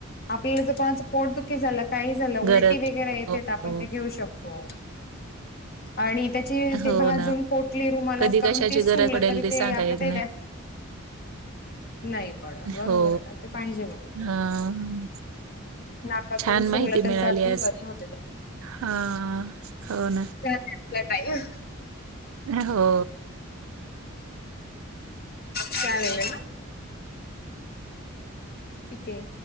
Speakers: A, on the left (about 45°); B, on the right (about 75°).
A: आपल्याला जर कोणाचं पोटदुखी झालं, काही झालं, उलटी
B: गरज
A: वगैरे येते तर आपण
B: हो,
A: ते घेऊ शकतो. आणि त्याची ते
B: हो
A: भाजून
B: ना,
A: पोटली रुमालात
B: कधी
A: करून
B: कशाची
A: ते सुंगलं
B: गरज पडेल
A: तरी
B: ते सांगता
A: आपल्या
B: येत नाही.
A: ते
B: <inaudible>
A: नाही पडत बरोबर
B: हो.
A: हे, ना ते पाहिजे बरोबर.
B: हां.
A: नाकातून
B: छान माहिती
A: सुंगलं तर
B: मिळाली
A: सर्दी
B: आज.
A: बरी होते त्यात
B: हां, हो ना.
A: झाला आपला टाईम.
B: हो.
A: चालेलं ये ना. ठीक ये.